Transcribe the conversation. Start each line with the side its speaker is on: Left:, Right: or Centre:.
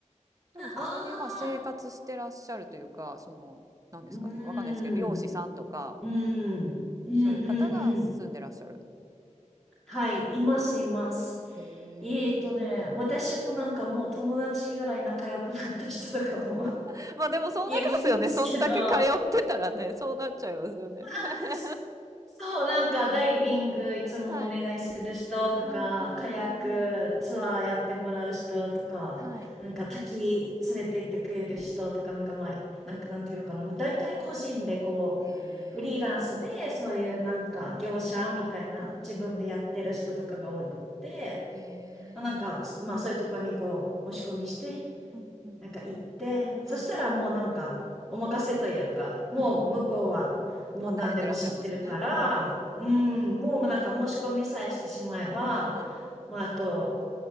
Right: でも普通にまあ生活してらっしゃるというか、
Centre: ああ、
Right: その、なんですかね、
Centre: うーん、
Right: わかんないですけど、漁師さんとか、
Centre: うーん、うん、うん、
Right: そういう方が住んでらっしゃる。
Centre: うん。はい、います、います。
Right: へえ。
Centre: えーとね、私もなんかもう友達ぐらい仲良くなった人とかも <laughs>
Right: <laughs> まあでもそうなりますよね。
Centre: いるんですけど、
Right: そんだけ通ってたらね、そうなっちゃいますよね。<laughs>
Centre: なんでです。そう、なんかダイビングいつもお願いする人とか、
Right: はい。うんうんうんうん。
Centre: カヤックツアーやってもらう人とか、
Right: はい。
Centre: なんか滝連れて行ってくれる人とか、なんかまあ、なんかなんていうのかな、大体個人でこう、
Right: へえ。
Centre: フリーランスでそういうなんか業者みたいな自分でやってる人とかが多くって、
Right: はい。はい。へえ。
Centre: なんか、まあそういうところにこう、申し込みして
Right: うんうん。
Centre: なんか行って、
Right: はい。
Centre: そしたらもうなんか、お任せというか、
Right: はい。
Centre: もう向こうは、もう何でも知ってるから、
Right: まあ、慣れてらっしゃいますね。うんうんうん。
Centre: うん、もうなんか申し込みさえしてしまえば、
Right: はい。
Centre: まああと、